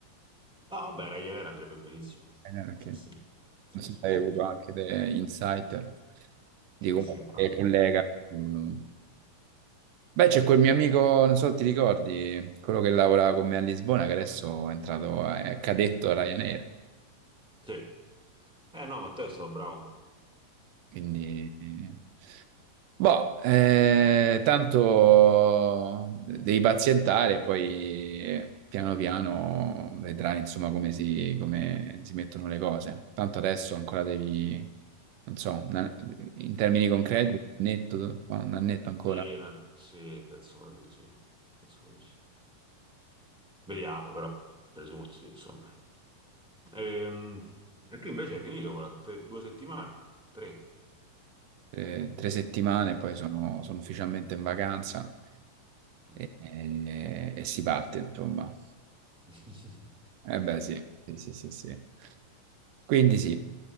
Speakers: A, in the centre; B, on the right.
A: No, vabbè, Ryanair andrebbe benissimo. Sì,
B: eh, no, perché
A: sì, sì,
B: non so
A: sì,
B: se
A: sì,
B: hai avuto anche dei insight di
A: sì,
B: qualche
A: sì, sì.
B: collega. Mm. Beh, c'è quel mio amico, non so se ti ricordi, quello che lavorava con me a Lisbona, che adesso è entrato, è cadetto a Ryanair,
A: Sì. Eh no, Matteo è stato bravo.
B: quindi...
A: Sì.
B: eh, Boh, eh, tanto devi pazientare, poi piano piano vedrai insomma come si, come si mettono le cose. Tanto adesso ancora devi, non so, una- in termini concreti, un annetto, un annetto ancora,
A: Sì, no- sì, penso proprio di sì. Penso proprio di sì. Vediamo, però presumo di sì, insomma. Ehm, E, tu invece hai finito con la te- due settimane? Tre?
B: eh, tre settimane, poi sono, sono ufficialmente in vacanza
A: Mm.
B: e, e- e si parte, insomma.
A: <laughs>
B: Eh beh, sì, sì, sì, sì, sì. Quindi sì.